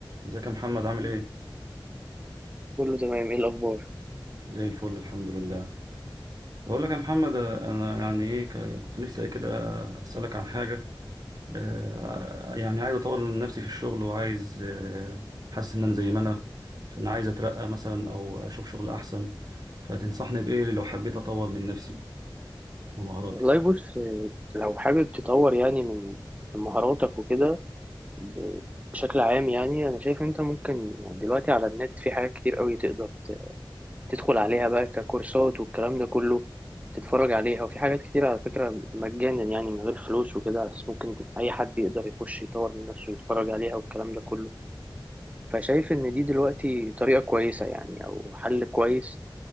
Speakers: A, on the right; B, on the right.
A: ازيك يا محمد عامل ايه؟
B: كله تمام ايه الاخبار
A: زي الفل الحمد لله بقول لك يا محمد انا يعني ايه ك- كنت نفسي كده اسالك عن حاجه آه، يعني عايز اطور من نفسي في الشغل وعايز آه، حاسس ان انا زي ما انا فانا عايز اترقى مثلا او اشوف شغل احسن فتنصحني بايه لو حبيت اطور من نفسي ومهاراتي
B: والله بص آه، لو حابب تطور يعني من من مهاراتك وكده ب- بشكل عام يعني انا شايف انت ممكن يعني دلوقتي على النت في حاجات كتير قوي تقدر ت- تدخل عليها بقى ككورسات والكلام ده كله تتفرج عليها وفي حاجات كتير على فكرة مجانا يعني من غير فلوس وكده على اساس ممكن اي حد يقدر يخش يطور من نفسه ويتفرج عليها والكلام ده كله فشايف ان دي دلوقتي طريقة كويسة يعني او حل كويس